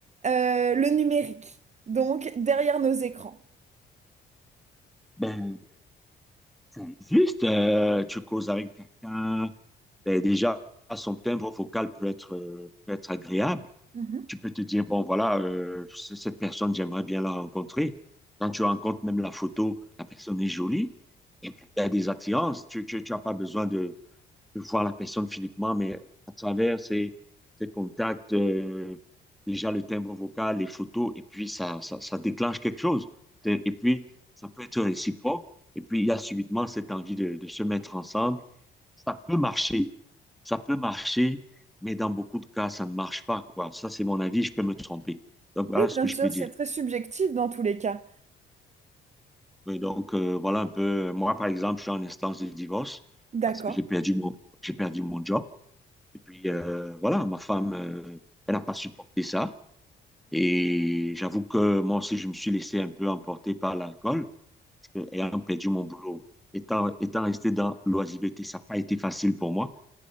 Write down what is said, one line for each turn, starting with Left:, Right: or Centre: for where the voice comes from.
Right: euh, le numérique, donc derrière nos écrans?
Centre: Ben, c'est juste, euh, tu causes avec quelqu'un. ben, déjà, son timbre vocal peut être, euh, peut être agréable.
Right: Mhm.
Centre: Tu peux te dire, bon, voilà, euh, c- cette personne, j'aimerais bien la rencontrer. Quand tu rencontres même la photo, la personne est jolie. Et puis, il y a des attirances. Tu, tu, tu n'as pas besoin de, de voir la personne physiquement, mais à travers ces, ces contacts, euh, déjà le timbre vocal, les photos, et puis ça, ça, ça déclenche quelque chose. Et et puis, ça peut être réciproque. Et puis, il y a subitement cette envie de, de se mettre ensemble ça peut marcher. Ça peut marcher, mais dans beaucoup de cas, ça ne marche pas, quoi. Ça, c'est mon avis, je peux me tromper. Donc, voilà
Right: Oui,
Centre: ce
Right: bien
Centre: que je
Right: sûr,
Centre: peux dire.
Right: c'est très subjectif dans tous les cas.
Centre: Et donc, euh, voilà un peu. Moi, par exemple, je suis en instance de divorce
Right: D'accord.
Centre: parce que j'ai perdu mon, j'ai perdu mon job. Et puis, euh, voilà, ma femme, euh, elle n'a pas supporté ça. Et j'avoue que moi aussi, je me suis laissé un peu emporter par l'alcool parce que, ayant perdu mon boulot, étant, étant resté dans l'oisiveté, ça n'a pas été facile pour moi.